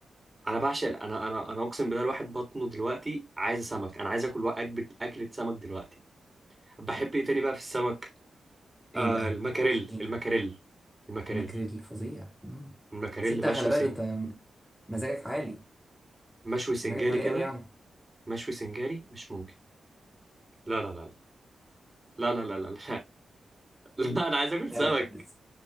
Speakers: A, on the right; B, in the centre.
A: انا بعشق ال- انا انا انا اقسم بالله الواحد بطنه دلوقتي عايز سمك انا عايز اكل اكله اكله سمك دلوقتي بحب ايه تاني بقى في السمك آه
B: ايه بقى
A: المكاريل
B: شجيني
A: المكاريل المكاريل
B: الماكريل فظيع مم.
A: المكاريل
B: بس انت
A: مشوي
B: خلي بالك
A: سن...
B: انت مزاجك عالي
A: مشوي سنجاري
B: مزاجك عالي
A: كده
B: قوي يعني
A: مشوي سنجاري مش ممكن لا لا لا لا لا لا لا لا لا, <laughs> لا انا عايز اكل
B: لا
A: سمك
B: لا بس